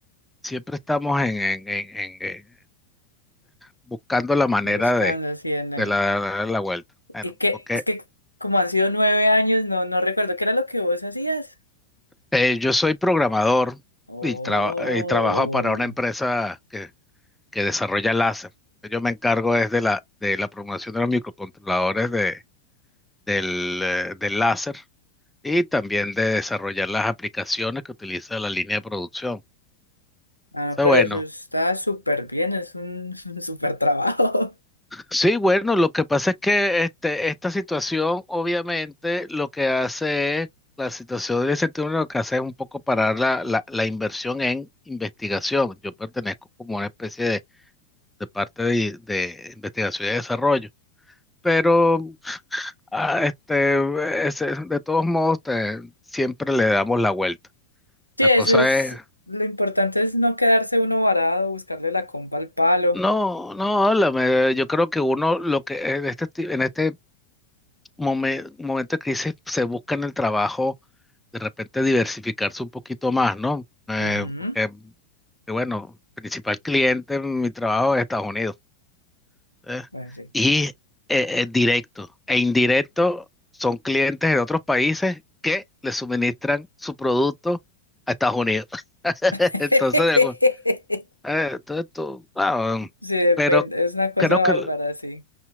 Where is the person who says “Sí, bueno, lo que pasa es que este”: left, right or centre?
Centre